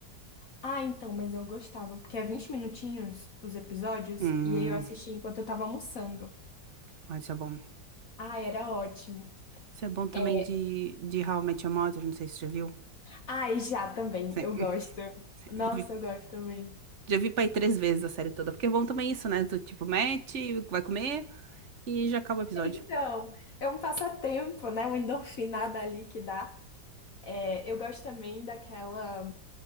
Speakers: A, on the left (about 55°); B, on the right (about 50°).
A: Ah, então, mas eu gostava, porque é 20 minutinhos os episódios,
B: Hum,
A: e aí eu assisti enquanto eu tava almoçando.
B: ah, isso é bom.
A: Ah, era ótimo.
B: Isso é bom também
A: É.
B: de, de How I Met Your Mother, não sei se você já viu.
A: Ah, e já também,
B: Sim,
A: eu gosto.
B: <laughs>
A: Nossa,
B: já vi,
A: eu gosto também.
B: já vi pra ir três vezes a série toda, porque é bom também isso, né? Do tipo, mete, vai comer e já acaba o episódio.
A: Então, é um passatempo, né? Uma endorfinada ali que dá. É, eu gosto também daquela.